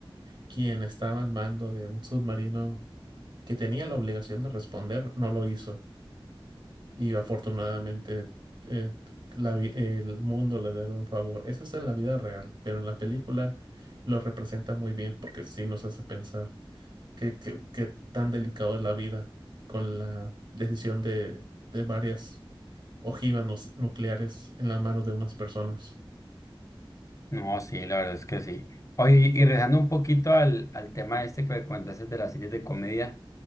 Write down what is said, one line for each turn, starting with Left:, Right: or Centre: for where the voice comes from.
Right: quien estaba al mando de un submarino que tenía la obligación de responder no lo hizo. y afortunadamente eh, la vi- el mundo le debe un favor. Eso es en la vida real, pero en la película lo representa muy bien porque sí nos hace pensar qué qué- qué tan delicado es la vida con la decisión de, de varias ojivas nu- nucleares en las manos de unas personas.
Left: No, sí, la verdad es que sí. Oye, y regresando un poquito al, al tema este que me comentaste de las series de comedia,